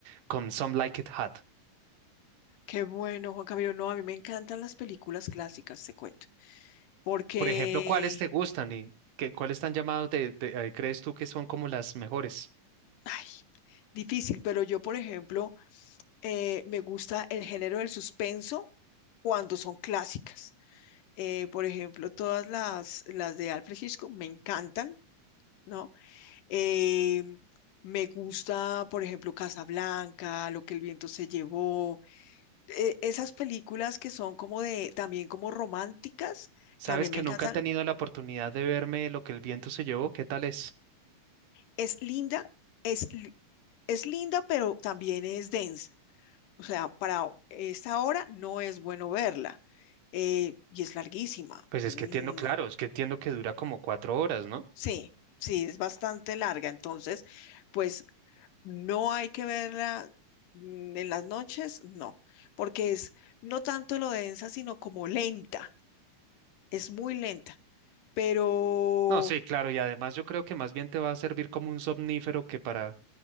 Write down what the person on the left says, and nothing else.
Qué bueno, Juan Camilo. No, a mí me encantan las películas clásicas, te cuento. Porque,
ay, difícil, pero yo, por ejemplo, eh, me gusta el género del suspenso cuando son clásicas. Eh, por ejemplo, todas las, las de Alfred Hitchcock me encantan, ¿no? Eh, me gusta, por ejemplo, Casablanca, Lo que el viento se llevó. Eh, esas películas que son como de, también como románticas,
también
me encantan.
Es linda, es, li- es linda, pero también es densa. O sea, para esta hora no es bueno verla. eh, y es larguísima.
No,
Sí, sí, es bastante larga. Entonces, pues no hay que verla mm, en las noches, no, porque es no tanto lo densa, sino como lenta. Es muy lenta, pero